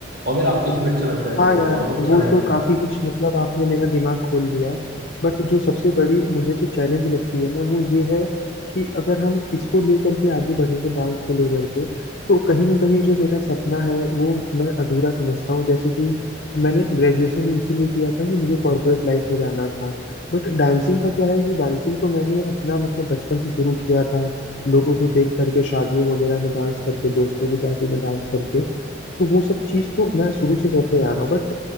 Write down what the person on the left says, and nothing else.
हाँ
यार
वो
तो काफी कुछ मतलब आपने मेरा दिमाग खोल दिया बट जो सबसे बड़ी मुझे जो चैलेंज लगती है ना वो ये है कि अगर हम इसको लेकर के आगे बढ़ेंगे डांस को लेकर के तो कहीं ना कहीं जो मेरा सपना है वो मैं अधूरा समझता हूँ जैसे कि मैंने ग्रेजुएशन इसीलिए किया था कि मुझे कॉर्पोरेट लाइफ में जाना था बट डांसिंग का क्या है कि डांसिंग तो मैंने अपना मतलब बचपन से शुरू किया था लोगों को देख करके शादियों वगैरह में डांस करके दोस्तों की शादी में डांस करके तो वो सब चीज तो मैं शुरू से करते आ रहा हूँ but